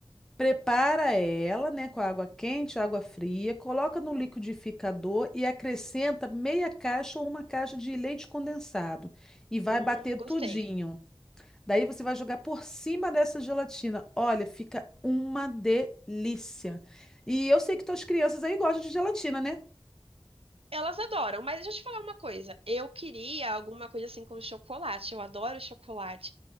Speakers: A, in the centre; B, on the right.
A: Prepara ela, né, com água quente, água fria, coloca no liquidificador e acrescenta meia caixa ou uma caixa de leite condensado e vai
B: Hum,
A: bater
B: gostei.
A: tudinho. Daí você vai jogar por cima dessa gelatina. Olha, fica uma delícia. E eu sei que tuas crianças aí gostam de gelatina, né?
B: Elas adoram, mas deixa eu te falar uma coisa. Eu queria alguma coisa assim com chocolate. Eu adoro chocolate.